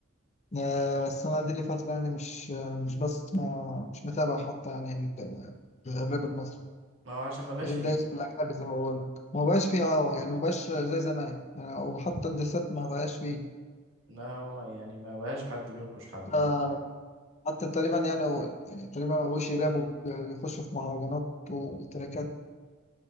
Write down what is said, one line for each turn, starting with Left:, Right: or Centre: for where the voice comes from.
Left: آه، بس أنا دي لي فترة يعني مش آه، مش بسمع مش متابع حتى يعني ال- الراب المصري
Right: ما هو عشان ما بقاش
Left: بقيت
Right: فيه
Left: دايس في الأجنبي زي ما بقول لك ما بقاش فيه أه يعني ما بقاش زي زمان يعني وحتى الدسات ما بقاش فيه
Right: لا هما يعني ما بقاش حد بينقش حد
Left: ف-
Right: ولا بتاع
Left: حتى تقريبا يعني يعني تقريبا ما بقوش يرابوا بيخشوا في مهرجانات وتراكات